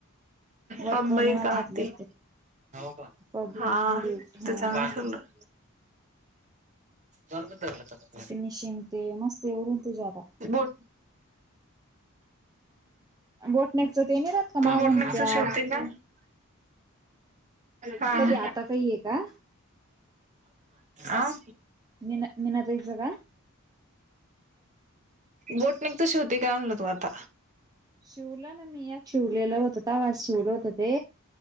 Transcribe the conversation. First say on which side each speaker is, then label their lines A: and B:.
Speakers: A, on the right; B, on the right.
A: वट
B: बंबई
A: पौर्णिमाला
B: काह
A: घातलं
B: ते हा
A: पप स्लीव हा
B: ते चांग थुल्लं बंद तरलंता. <unintelligible>
A: फिनिशिंग ते मस्त उयरून तू जादा.
B: बोट
A: बोटनेकच ते नाही राहत का
B: तू
A: मागून
B: बोटनेकचा
A: पॅक
B: शिवते का? हा
A: कधी आता काही आहे का
B: आं.
A: नीना निनाताईच्या का?
B: बोटनेकच्या शिवते का म्हणलं तू आता?
A: शिवलं ना मी या शिवलेला होतं तव्हा शिवलं होतं ते.